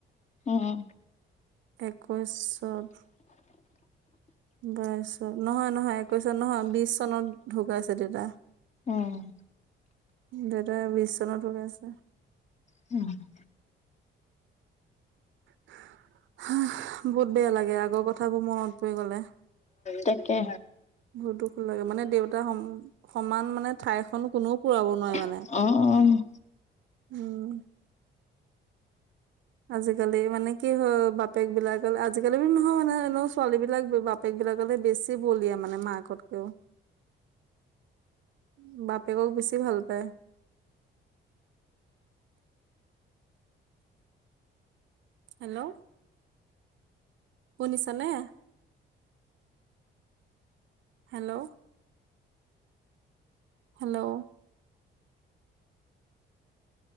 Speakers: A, on the left (about 35°); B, on the right (about 70°).
A: উম উ।
B: একৈশত। বাইছত নহয় নহয় একৈশ চন নহয় বিশ চনত ঢুকাইছে দেউতা।
A: উম
B: উম, দেউতাৰে বিচ চনত হৈ আছে।
A: হু হু উমহু।
B: সে সে আ, হাঁফ বহুত বেয়া লাগে আগৰ কথাবোৰ মনত পৰি গলে।
A: তাকে।
B: মোৰ দুখো লাগে মানে দেউতা সম সমান মানে ঠাই খন কোনেও পুৰাব নোৱাৰে মানে
A: অঁ অ অ অ।
B: উম উ উ উ।
A: <inaudible>
B: আজিকালি মানে কি হয় বাপেক বিলাক আজিকালি নহয় মানে এনে ছোৱালী বিলাক বে বা বাপেক বিলাকলে বেছি বলিয়া মানে মাকতকেও।
A: <inaudible>
B: চি, বাপেকক বেছি ভাল পায়। হেল্ল', শুনিছা নে? হেল্ল' হেল্ল'